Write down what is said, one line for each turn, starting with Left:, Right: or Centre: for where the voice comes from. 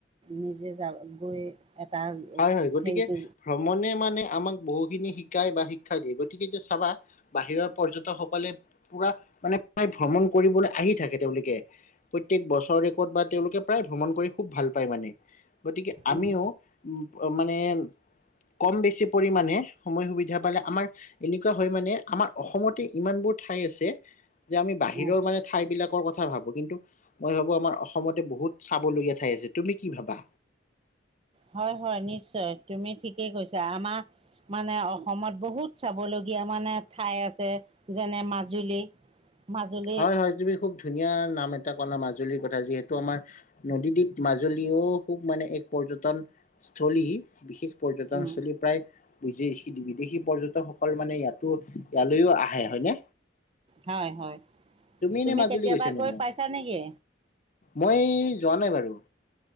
Right: নিজে যায় গৈ এটা
Left: হয়, হয় গতিকে
Right: হেৰিটো
Left: ভ্ৰমণে মানে আমাক বহুখিনি শিকায় বা শিক্ষা দিয়ে গতিকে যে চাবা। বাহিৰৰ পৰ্যটকসকলে পুৰা মানে প্ৰায় ভ্ৰমণ কৰিবলৈ আহি থাকে তেওঁলোকে। প্ৰতয়েক বছৰ ৰেকৰ্ড বা তেওঁলোকে প্ৰায় ভ্ৰমণ কৰি খুব ভাল পায় মানে গতিকে
Right: উম,
Left: আমিও মানে কম বেছি পৰিমাণে সময় সুবিধা পালে আমাৰ এনেকুৱা হয় মানে আমাৰ অসমতে ইমান বোৰ ঠাই আছে যে আমি বাহিৰৰ
Right: উম
Left: মানে ঠাই বিলাকৰ কথা ভাবো কিন্তু মই ভাবো আমাৰ অসমতে বহুত চাবলগীয়া ঠাই আছে। তুমি কি ভাবা?
Right: হয়, হয় নিশ্চয় তুমি ঠিকেই কৈছা আমাৰ মানে অসমত বহুত চাবলগীয়া মানে ঠাই আছে। যেনে মাজুলী। মাজুলী
Left: হয়, হয় তুমি খুব ধুনীয়া নাম এটা কলা মাজুলীৰ কথা যিহেতু আমাৰ নদীদ্বীপ মাজুলীও খুব মানে এক পৰ্যটন স্থলী বিশেষ পৰ্যটনস্থলী
Right: উম
Left: প্ৰায় বিদেশী পৰ্যটকসকল মানে ইয়াতো ইয়ালৈও আহে হয়নে?
Right: হয়, হয়
Left: এনে
Right: তুমি
Left: মাজুলী
Right: কেতিয়াবা
Left: গৈছা নে
Right: গৈ
Left: নাই?
Right: পাইছা নেকি?
Left: মই যোৱা নাই বাৰু।